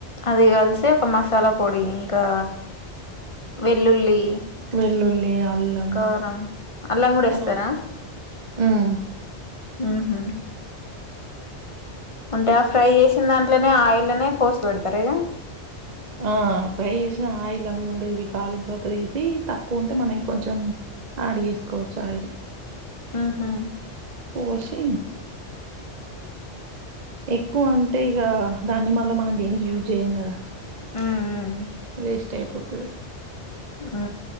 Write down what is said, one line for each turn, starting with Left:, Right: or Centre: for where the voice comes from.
Left: అది కల్సే ఒక మసాలా పొడీ ఇంకా వెల్లుల్లీ.
Right: వెల్లుల్లీ, అల్లం
Left: కారం, అల్లం గూడా ఏస్తరా.
Right: అవన్నీ ఉమ్
Left: ఊహు అంటే ఆ ఫ్రై చేసిన్ దాంట్లోనే ఆయిల్లనే పోసి పెడతరా ఇగా.
Right: ఆ ఫ్రై చేశిన ఆయిల్ అందులు ఉండయి ఇవి కాలిన్ తర్వాత తీశీ తక్కువ ఉంటే మనం ఇంకొంచెం. ఆడ్ చేసుకోవచ్చు ఆయిల్
Left: ఆహా
Right: పోశీ ఎక్కువ అంటే ఇగా దాన్ని మళ్ళ మనం దేనికి యూజ్ జేయం గదా.
Left: ఊఊహ్మ
Right: వేస్ట్ అయిపోతది
Left: ఊ